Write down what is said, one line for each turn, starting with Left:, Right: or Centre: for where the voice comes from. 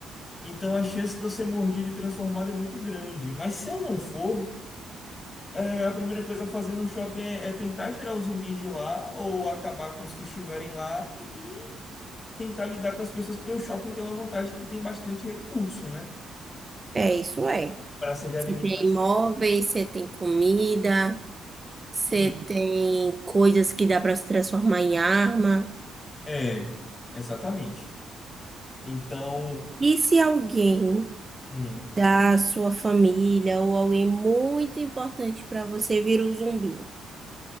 Left: Então a chance de eu ser mordido e transformado é muito grande. Mas se eu não for, É, a primeira coisa a fazer no shopping é, é tentar tirar os zumbis de lá ou acabar com os que estiverem lá e tentar lidar com as pessoas, porque o shopping tem uma vantagem que tem bastante recurso, né?
Right: É, isso é.
Left: Praça de alimentação.
Right: Você tem móveis, você tem comida, você
Left: E
Right: tem coisas que dá para se transformar em arma.
Left: é, exatamente. Então,
Right: E se alguém
Left: hum,
Right: da sua família ou alguém muito importante para você vira um zumbi?